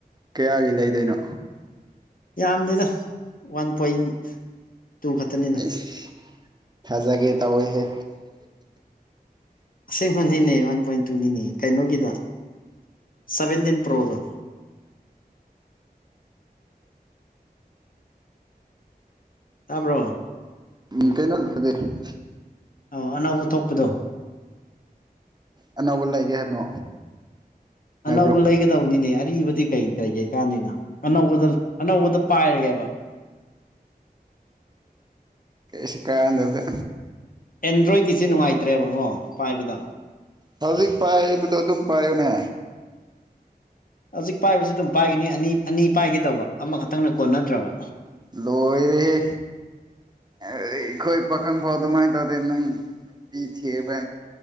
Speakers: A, on the right (about 25°); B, on the left (about 60°).
A: ꯀꯌꯥꯒꯤ ꯂꯩꯗꯣꯏꯅꯣ
B: ꯌꯥꯝꯗꯦꯗ ꯋꯥꯟ ꯄꯣꯏꯟ ꯇꯨ ꯈꯛꯇꯅꯤꯅ
A: ꯏꯁ ꯊꯥꯖꯒꯦ ꯇꯧꯋꯦꯍꯦ
B: ꯑꯁꯦꯡꯕꯅꯤꯅꯦ ꯋꯥꯟ ꯄꯣꯏꯟ ꯇꯨꯅꯤꯅꯦ ꯀꯩꯅꯣꯒꯤꯗꯣ ꯁꯕꯦꯟꯇꯤꯟ ꯄ꯭ꯔꯣꯗꯣ ꯇꯥꯕ꯭ꯔꯣ
A: ꯎꯝ ꯀꯩꯅꯣ <unintelligible>
B: ꯑꯣ ꯑꯅꯧꯕ ꯊꯣꯛꯄꯗꯣ
A: ꯑꯅꯧꯕ ꯂꯩꯒꯦ ꯍꯥꯏꯕꯅꯣ
B: ꯑꯅꯧꯕ
A: ꯍꯥꯏꯕ꯭ꯔꯣ
B: ꯂꯩꯒꯗꯕꯅꯤꯅꯦ ꯑꯔꯤꯕꯗꯤ ꯀꯩ ꯀꯔꯤ ꯀꯩꯀꯥꯟꯅꯤꯅ ꯑꯅꯧꯕ ꯑꯅꯧꯕꯗ ꯄꯥꯏꯔꯒꯦꯕ
A: ꯁꯤ ꯀꯥꯗꯕꯗ
B: ꯑꯦꯟꯗ꯭ꯔꯣꯏꯀꯤꯁꯤꯦ ꯅꯨꯡꯉꯥꯏꯇ꯭ꯔꯦꯕꯀꯣ ꯄꯥꯏꯕꯗ
A: ꯍꯧꯖꯤꯛ ꯄꯥꯏꯕꯗꯣ ꯑꯗꯨꯝ ꯄꯥꯏꯌꯨꯅꯦ
B: ꯍꯧꯖꯤꯛ ꯄꯥꯏꯕꯁꯤ ꯑꯗꯨꯝ ꯄꯥꯏꯒꯅꯤ ꯑꯅꯤ ꯑꯅꯤ ꯄꯥꯏꯒꯦ ꯇꯧꯕ ꯑꯃꯈꯛꯇꯪꯅ ꯀꯣꯟꯅꯗ꯭ꯔꯕ
A: ꯂ ꯑꯣꯏꯗ ꯍꯦ ꯑꯩꯈꯣꯏ ꯄꯥꯈꯪ ꯐꯥꯎ ꯑꯗꯨꯃꯥꯏꯅ ꯇꯧꯗꯦ ꯅꯪ ꯅꯨꯄꯤ ꯊꯤꯕ